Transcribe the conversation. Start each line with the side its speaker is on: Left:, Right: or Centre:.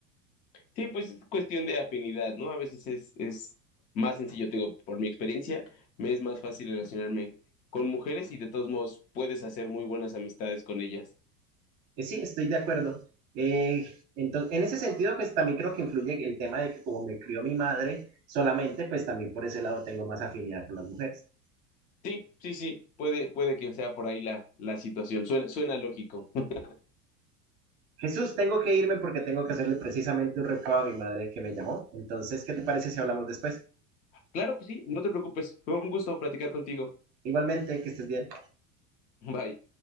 Left: Sí, pues es cuestión de afinidad, ¿no? A veces es, es más sencillo, te digo, por mi experiencia, me es más fácil relacionarme con mujeres y de todos modos puedes hacer muy buenas amistades con ellas.
Right: Eh, sí, estoy de acuerdo. Eh, entonces, en ese sentido, pues también creo que influye el tema de que como me crió mi madre solamente, pues también por ese lado tengo más afinidad con las mujeres.
Left: Sí, sí, sí, puede, puede que sea por ahí la, la situación. Suena, suena lógico. <laughs>
Right: Jesús, tengo que irme porque tengo que hacerle precisamente un recado a mi madre que me llamó. Entonces, ¿qué te parece si hablamos después?
Left: Claro que sí, no te preocupes. Fue un gusto platicar contigo.
Right: Igualmente, que estés bien.
Left: Bye.